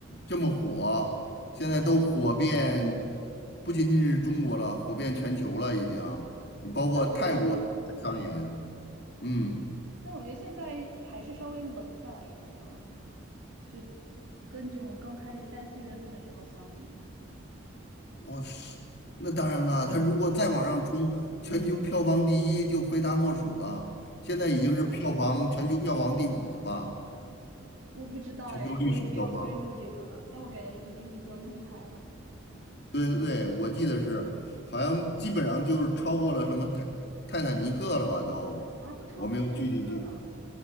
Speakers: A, on the left; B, on the right.
A: 这么火，现在都火遍，
B: 对。
A: 不仅仅是中国了，火遍全球了已经，包括泰国上演，
B: 但我觉得现对，
A: 嗯。
B: 但我觉得现在还是稍微冷下来一些了，就跟这种刚开始三四月份的时候相比，
A: 我是，那当然了，他如果再往上冲，全球票房第一就非他莫属了。现在已经是票房全球票房第五了吧？
B: 我不知道哎，
A: 全球历史票房，
B: 我已经没有关注这个了，但我感觉已经比较厉害了
A: 对对对，我记得是，好像基本上就是超过了什么泰泰坦尼克了吧？都，
B: 啊，都超过《泰坦尼克》了。
A: 我没有具体去，